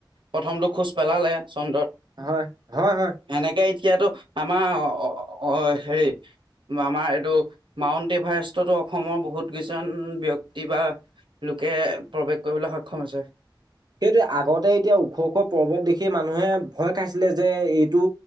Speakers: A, on the right; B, on the right.
A: প্ৰথমটো খোজ পেলালে চন্দ্ৰত
B: হয়', হয়', হয়।
A: এনেকে এতিয়াটো আমাৰ অ' অ' হেৰিত আমাৰ এইটো, মাউণ্ট এভাৰেষ্টতো অসমৰ বহুত কেইজন ব্যক্তি বা লোকে প্ৰৱেশ কৰিবলৈ সক্ষম হৈছে।
B: সেইটোৱে আগতে এতিয়া ওখ ওখ পৰ্বত দেখি মানুহে ভয় খাইছিলে যে এইটো